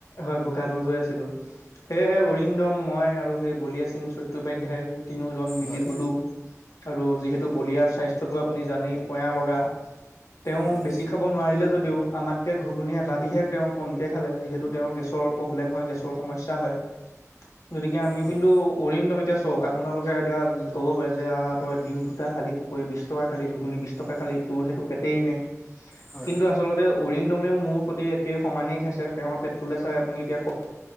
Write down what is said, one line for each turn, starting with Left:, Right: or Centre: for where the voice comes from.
Left: হয় ভোকাতুৰ হৈ আছিলো সেয়েহে অৰিন্দম মই আৰু সেই বলিয়া সিং চট্টোপাধ্যায় তিনিওজন মিলি
Centre: হয়
Left: গলো আৰু যিহেতু বলিয়াৰ স্বাস্থ্যটো আপুনি জানেই পয়া লগা তেওঁ
Centre: হয়
Left: বেছি খাব নোৱাৰিলে যদিও আমাতকৈ ঘুগুনী এবাতিহে তেওঁ কমকৈ খালে যিহেতু তেওঁৰ গেছৰ প্ৰব্লেম হয় গেছৰ সমস্যা হয় গতিকে আমি
Centre: হয়
Left: কিন্তু অৰিণদ্যম এতিয়া চাওক আপোনালোকে এতিয়া ক'ব পাৰে যে আ তই ডিম দুটা খালী পকৰি বিশ টকা খালী ঘুগুনি বিছ টকা খালী। তোৰ সেইটো পেটেই নে?
Centre: হয়
Left: কিন্তু আচলতে অৰিন্দমেও মোৰ সৈতে একেই সমানেই খাইছে তেওঁৰ পেটটোলৈ চাই আপুনি এতিয়া ক